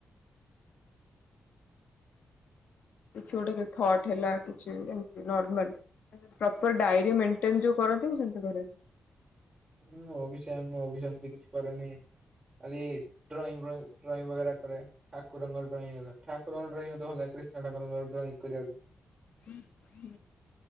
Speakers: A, on the left; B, on the right.
A: କିଛି ଗୋଟେଥଟ ହେଲା କିଛିମାଡର କରନ୍ତି ମୁ ସେି
B: ହଁଁ ଅଭିଷ ମୁଁ ଅଷୟ ଏତି କିଛି କରେନି ଖାଲି ଡ୍ରଇଂ ଡ୍ରଇଂେ କରେ ଠାକୁରଙ୍କ ଡ୍ରଇଂ ହେଲା ଠାକୁରଙ୍କ ଡ୍ରଇଂ ହେଲା କ୍ରିଷ୍ଣ ଠାକୁରଙ୍କର ଡ୍ରଇଂ କରିବାକୁ
A: ହଁ ହୁଁ